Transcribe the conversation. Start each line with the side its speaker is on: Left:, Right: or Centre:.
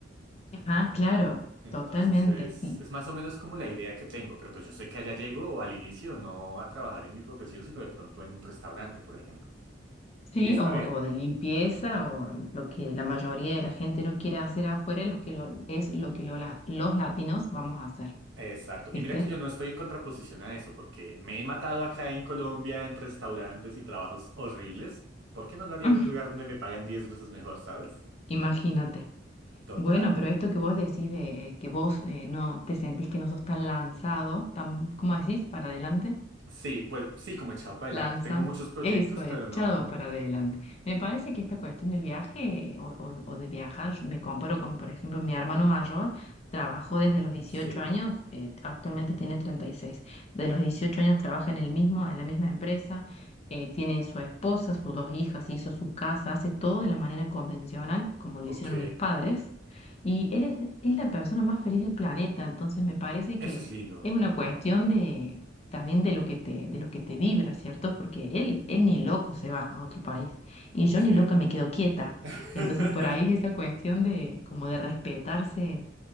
Left: ajá, claro,
Right: Entonces
Left: totalmente.
Right: es, es más o menos como la idea que tengo, pero pues yo sé que allá llego al inicio no a trabajar en mi profesión, sino de pronto en un restaurante, por ejemplo.
Left: Sí,
Right: Y está
Left: o,
Right: bien.
Left: o de limpieza, o lo que la mayoría de la gente no quiere hacer afuera, los que lo- es lo que lo la- los latinos vamos a hacer,
Right: Exacto.
Left: ¿viste?
Right: Y mira que yo no estoy en contraposición a eso, porque me he matado acá en Colombia en restaurantes y trabajos horribles. ¿Por qué no lo haría
Left: <laughs>
Right: en un lugar donde me pagan diez veces mejor, sabes?
Left: Imagínate.
Right: Total.
Left: Bueno, pero esto que vos decís de eh, que vos eh, no te sentís que no sos tan lanzado, tan, ¿cómo decís? Para adelante.
Right: Sí, pues sí, como echado para adelante.
Left: Lanza,
Right: Tengo muchos proyectos,
Left: eso,
Right: pero
Left: echado
Right: no.
Left: para adelante. Me parece que esta cuestión del viaje o, o- o de viajar, yo me comparo con, por ejemplo, mi hermano mayor, trabajó desde los dieciocho
Right: Sí.
Left: años, eh, actualmente tiene treinta y seis de los 18 años trabaja en el mismo, en la misma empresa, eh, tiene su esposa, sus dos hijas, hizo su casa, hace todo de la manera convencional, como
Right: Ok.
Left: lo hicieron mis padres, y él es, es la persona más feliz del planeta, entonces me parece
Right: Eso
Left: que
Right: es lindo.
Left: es una cuestión de también de lo que te, de lo que te vibra, ¿cierto? Porque él, él ni loco se va a otro país
Right: Ok.
Left: y yo ni loca me quedo quieta.
Right: <laughs>
Left: Entonces por ahí es esa cuestión de como de respetarse,